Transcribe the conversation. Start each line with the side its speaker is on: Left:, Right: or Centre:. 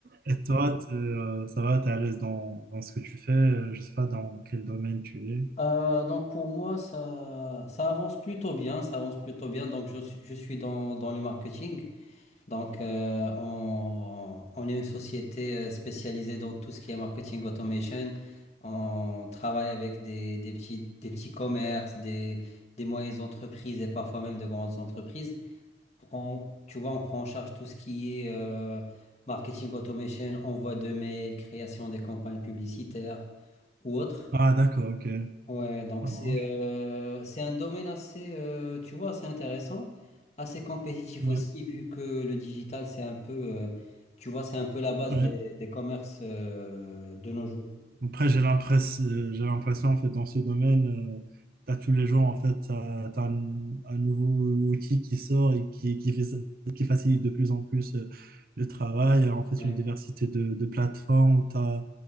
Right: et toi, t'es, euh, ça va, t'es à l'aise dans, dans ce que tu fais? euh, Je sais pas dans quel domaine tu es.
Left: Euh, donc pour moi, ça, ça avance plutôt bien, ça avance plutôt bien. Donc je, suis- je suis dans, dans le marketing. Donc euh, on, on est une société euh, spécialisée dans tout ce qui est marketing automation. On travaille avec des, des petits, des petits commerces, des, des moyennes entreprises et parfois même de grandes entreprises. prend, tu vois, on prend en charge tout ce qui est euh, marketing automation, envoi de mails, création des campagnes publicitaires ou autres.
Right: Ah, d'accord, ok,
Left: Ouais, donc
Right: ça
Left: c'est
Right: marche.
Left: euh, c'est un domaine assez, euh, tu vois, assez intéressant, assez compétitif
Right: Ouais,
Left: aussi, vu que le digital, c'est un peu, euh, tu vois, c'est un peu la base
Right: ouais.
Left: des, des commerces euh, de nos jours.
Right: Après, j'ai l'impression, j'ai l'impression, en fait, dans ce domaine, tu as tous les jours, en fait, t'as, t'as un, un nouveau outil qui sort et qui, qui fait, ça- qui facilite de plus en plus euh, le travail. En fait,
Left: Ouais.
Right: une diversité de, de plateformes. t'as